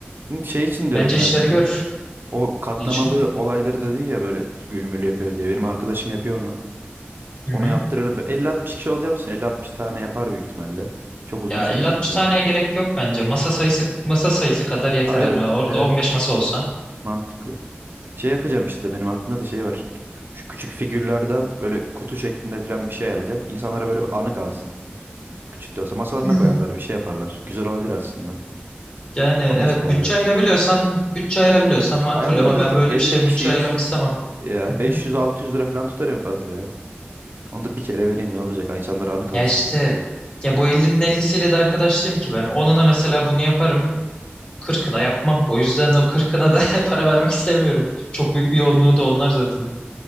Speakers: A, on the right (about 60°); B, on the left (about 30°).
A: Hı, Şey için diyorum
B: Bence işlerini
A: ben bunu ya.
B: görür.
A: O katlamalı
B: Ne için?
A: olayları dedin ya böyle gülmül yapıyor diye. Benim arkadaşım yapıyor onu.
B: Hı
A: Onu
B: hı.
A: yaptırırım. 50-60 kişi olacağım için 50-60 tane yapar büyük ihtimalle. Çok uzun
B: Ya
A: sürmüyor
B: elli altmış
A: çünkü
B: taneye
A: yapmak.
B: gerek yok bence. Masa sayısı masa sayısı kadar yeter
A: Ha
B: hani
A: evet,
B: orada
A: evet.
B: on beş masa olsa.
A: Mantıklı. Şey yapacağım işte benim aklımda da şey var. Şu küçük figürlerden böyle kutu şeklinde falan bir şey alacağım. İnsanlara böyle bir anı kalsın. Küçük de olsa masalarına
B: Hmm.
A: koyarlar, bir şey yaparlar. Güzel olabilir aslında.
B: Yani evet
A: Onu işte ayarlarız.
B: bütçe ayırabiliyorsan bütçe ayırabiliyorsan makul
A: Ayarlarım
B: ama
A: zaten
B: ben böyle
A: 50
B: bir şey
A: kişiyiz.
B: bütçe ayırmak istemem.
A: Ya
B: Hı
A: 500-600
B: hı.
A: lira falan tutar en fazla ya. Onu da bir kere vereyim ne olacak? İnsanlar anı kalsın
B: Ya işte
A: sana.
B: ya bu 50'nin 50'siyle de arkadaş değilim ki ben. Onuna mesela bunu yaparım. kırkına yapmam. O yüzden o kırkına da <laughs> para vermek istemiyorum. Çok büyük bir yoğunluğu da onlar zaten.